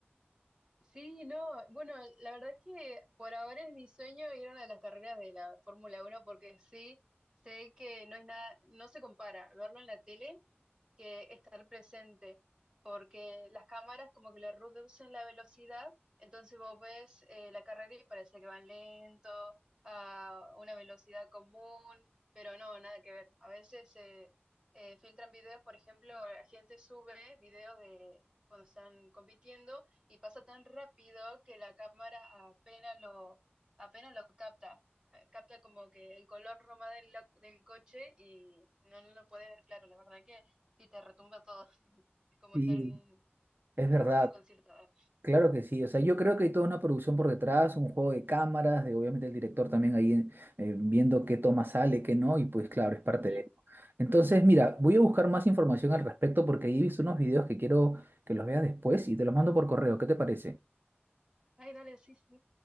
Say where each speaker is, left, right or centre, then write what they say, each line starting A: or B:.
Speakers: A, on the right; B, on the right.
A: Sí, no, bueno, la verdad es que por ahora es mi sueño ir a una de las carreras de la Fórmula Uno, porque sí sé que no es nada, no se compara verlo en la tele que estar presente, porque las cámaras como que le reducen la velocidad, entonces vos ves eh, la carrera y parece que van lento, a una velocidad común, pero no, nada que ver. A veces eh, eh, filtran videos, por ejemplo, la gente sube videos de cuando están compitiendo y pasa tan rápido que la cámara apenas lo, apenas lo capta eh, capta como que el color roma del, lo- del coche y no, no lo puede ver claro. La verdad que Sí, te retumba todo. <laughs> Es como
B: Y
A: estar en un,
B: es verdad.
A: en un concierto. Ah,
B: Claro que sí, o sea, yo creo que hay toda una producción por detrás, un juego de cámaras, de obviamente el director también ahí eh, eh, viendo qué toma sale, qué no, y pues claro, es parte
A: ujú.
B: de él. Entonces, mira, voy a buscar más información al respecto porque ahí he visto unos videos que quiero que los veas después y te los mando por correo, ¿qué te parece?
A: Ay, dale, sí, sí.